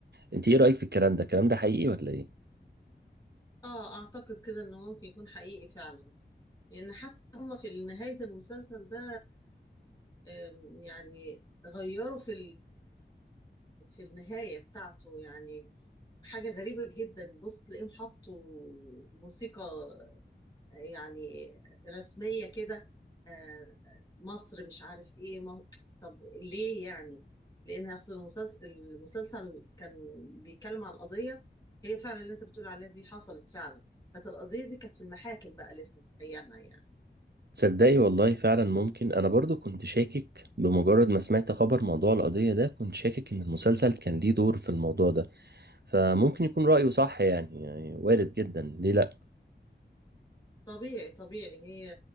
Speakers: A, on the right; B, on the left.
A: انت ايه رأيك في الكلام ده الكلام ده حقيقي ولا ايه
B: اه اعتقد كده انه ممكن يكون حقيقي فعلا لان حتى هم في نهاية المسلسل ده آم، يعني غيروا في في النهاية بتاعته يعني حاجة غريبة جدا بص تلاقيهم حطوا موسيقى يعني رسمية كده آه، آه، مصر مش عارف ايه مصر. طب ليه يعني لأن أصل المسلسل المسلسل كان بيتكلم عن قضية هي فعلا اللي أنت بتقول عليها دي حصلت فعلا كانت القضية دي كانت في المحاكم بقى لسه أيامها يعني
A: تصدقي والله فعلا ممكن انا برضو كنت شاكك بمجرد ما سمعت خبر موضوع القضية ده كنت شاكك ان المسلسل كان ليه دور في الموضوع ده فممكن يكون رأيه صح يعني, يعني وارد جدا ليه لا
B: طبيعي طبيعي هي